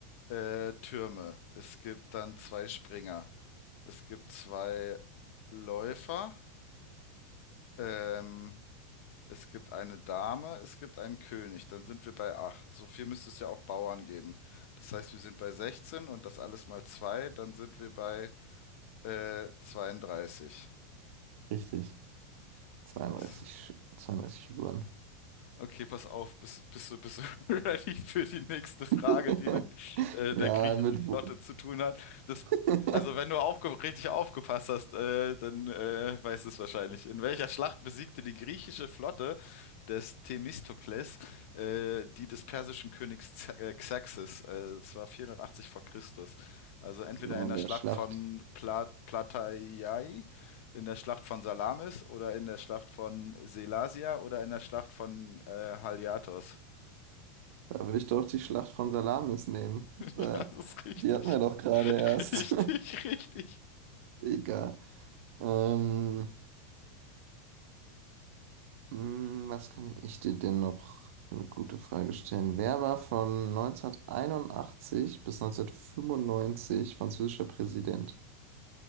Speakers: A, on the left (about 65°); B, on the right (about 70°).
A: äh, Türme. Es gibt dann zwei Springer. Es gibt zwei Läufer. Ähm, Es gibt eine Dame, es gibt einen König. Dann sind wir bei 8. So viel müsste es ja auch Bauern geben. Das heißt, wir sind bei 16 und das alles mal 2, dann sind wir bei äh, 32.
B: richtig. 32,
A: Nice.
B: Sch- 32 Figuren.
A: Okay, pass auf, bist, bist du, bist du <laughs> ready für die nächste Frage,
B: <laughs>
A: die mit äh, der
B: Ja,
A: griechischen
B: mit
A: Flotte
B: wo?
A: zu tun hat? Das,
B: <laughs>
A: also wenn du aufge richtig aufgepasst hast, äh, dann äh, weißt du es wahrscheinlich. In welcher Schlacht besiegte die griechische Flotte des Themistokles äh, die des persischen Königs Z äh, Xerxes? Äh, das war 480 vor Christus. Also entweder
B: Oh,
A: in der
B: der
A: Schlacht
B: Schlacht.
A: von Pla Plataiai in der Schlacht von Salamis oder in der Schlacht von Selasia oder in der Schlacht von äh, Haliartos? <laughs>
B: Da würde ich doch die Schlacht von Salamis nehmen. Da,
A: Ja, das ist richtig.
B: die hatten wir doch gerade
A: <laughs>
B: erst.
A: Richtig, richtig.
B: <laughs> Egal. Ähm, Hm, Was kann ich dir denn noch eine gute Frage stellen? Wer war von 1981 bis 1995 französischer Präsident?